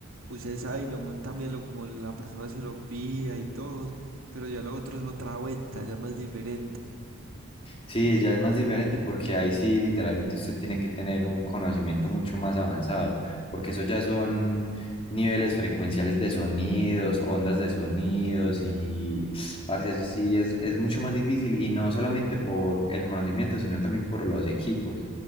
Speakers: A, on the right; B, on the left.
A: usted sabe y lo monta melo como la persona se lo pida y todo, pero ya lo otro es otra vuelta, ya más diferente.
B: Sí, ya es más diferente porque ahí sí literalmente usted tiene que tener un conocimiento mucho más avanzado, porque eso ya son niveles frecuenciales de sonidos, ondas de sonidos y, <sniffs> parce, eso sí es, es mucho más difícil y no solamente por el conocimiento, sino también por los equipos.